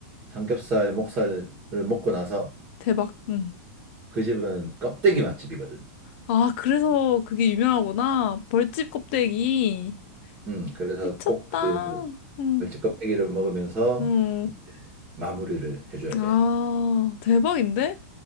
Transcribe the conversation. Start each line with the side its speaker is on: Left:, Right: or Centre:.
Right: 삼겹살, 목살을 먹고 나서
Left: 대박. 음.
Right: 그 집은 껍데기 맛집이거든.
Left: 아, 그래서 그게 유명하구나. 벌집 껍데기.
Right: 음, 그래서
Left: 미쳤다.
Right: 꼭 그
Left: 응
Right: 벌집 껍데기를 먹으면서
Left: 응
Right: 마무리를 해줘야
Left: 아,
Right: 돼.
Left: 대박인데?